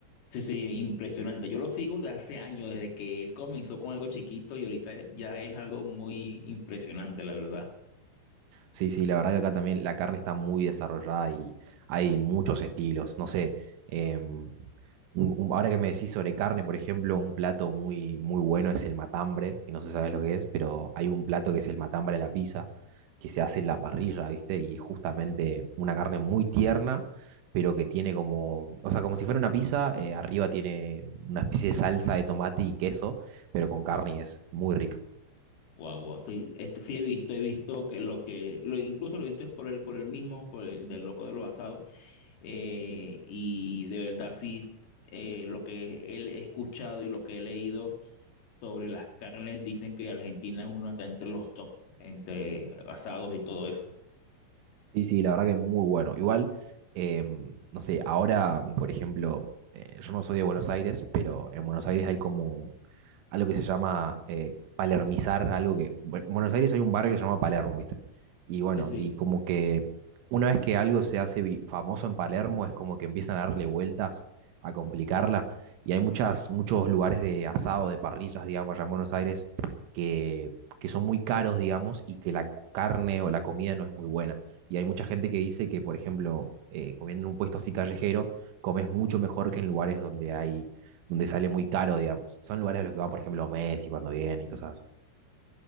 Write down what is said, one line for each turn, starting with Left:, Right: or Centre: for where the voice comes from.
Left: sí, sí, impresionante. Yo lo sigo desde hace años, desde que él comenzó con algo chiquito y ahorita ya es algo muy impresionante, la verdad.
Right: Sí, sí, la verdad que acá también la carne está muy desarrollada y hay muchos estilos. No sé, em, un- un- ahora que me decís sobre carne, por ejemplo, un plato muy, muy bueno es el matambre, que no sé si sabes lo que es, pero hay un plato que es el matambre a la pizza, que se hace en la parrilla, ¿viste? Y es justamente una carne muy tierna, pero que tiene como, o sea, como si fuera una pizza, eh, arriba tiene una especie de salsa de tomate y queso, pero con carne y es muy rica.
Left: Guau, guau. Sí, este, sí he visto, he visto que lo que, lo, incluso lo he visto es por él, por él mismo, por el del loco de los asados. Eh, y de verdad sí, eh, lo que él he escuchado y lo que he leído sobre las carnes, dicen que Argentina es uno está entre los top, entre asados y todo eso.
Right: Sí, sí, la verdad que es muy bueno. Igual, em, no sé, ahora, por ejemplo, eh, yo no soy de Buenos Aires, pero en Buenos Aires hay como algo que se llama eh, palermizar, algo que... bueno, en Buenos Aires hay un barrio que se llama Palermo, ¿viste? Y bueno,
Left: Sí, sí.
Right: y como que una vez que algo se hace vi- famoso en Palermo, es como que empiezan a darle vueltas, a complicarla. Y hay muchas, muchos lugares de asado, de parrillas, digamos, allá en Buenos Aires, que, que son muy caros, digamos, y que la carne o la comida no es muy buena. Y hay mucha gente que dice que, por ejemplo, eh, comiendo en un puesto así callejero, comes mucho mejor que en lugares donde hay, donde sale muy caro, digamos. Son lugares a los que va, por ejemplo, Messi cuando viene y cosas así.